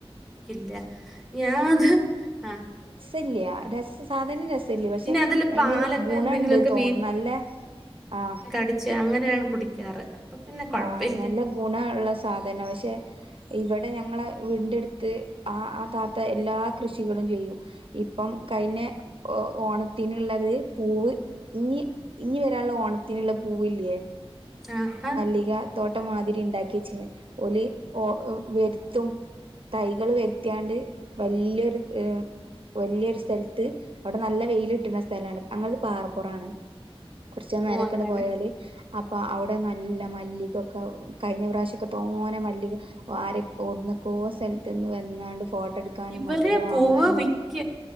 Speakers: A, in the centre; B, on the right (about 60°).
A: ല്ല ഞാാനത് ആഹ
B: ഇല്ലാ രസ സാധനം രസല്ലേ പക്ഷെ
A: അതില്
B: അതിന്
A: പാലൊക്കെ
B: ഗുണണ്ട്
A: എന്തെങ്കിലുമൊക്കെ
B: തോന്ന നല്ല ആ
A: ഠിച്ച അങ്ങനെയാണ് കുടിക്കാറ് അപ്പൊ പിന്നെ കൊഴപ്പില്ല
B: ആഹ നല്ല ഗുണ ഉള്ള സാധന പക്ഷെ ഇവിടെ ഞങ്ങള് വീന്റെടുത്ത് ആ ആ താത്ത എല്ലാ കൃഷികളും ചെയ്യും ഇപ്പം കൈെഞ ഓണത്തിനുള്ള അത് പൂവ് ഇനി ഇനി വരാനുള്ള ഓണത്തിനുള്ള പൂവ ഇല്ലേ
A: ആ ആ
B: അിക തോട്ടം മാതിരി ഉണ്ടാക്കിച്ചിേ ഒഓലി വരുത്തും തൈകള് വരുത്തിാണ്ട് വല്യൊരു വലിയൊരു സ്ഥലത്ത് അവിടെ നല്ല വെയില് കിട്ടുന്ന സ്ഥലാണ് ഞങ്ങലത് പാറപ്പുറാണ് കുറച്ച മേലക്കണ്ട്
A: ഓഹ് അങ്ങനെ
B: പോയാല് അപ്പൊ അവിടെ നല്ല മല്ലികൊക്കെ കഴിഞ്ഞ പ്രാവശ്യംക്കെ തോനെ മല്ലി ആരെ ടുന്നക്കോ സ്ഥലത്ത് വന്നാണ്ട് ഫോട്ടോ എടുക്കാനും
A: ഇവര്
B: മല്ലിക
A: പൂവ്
B: വാങ്ങാനും
A: വിക്ക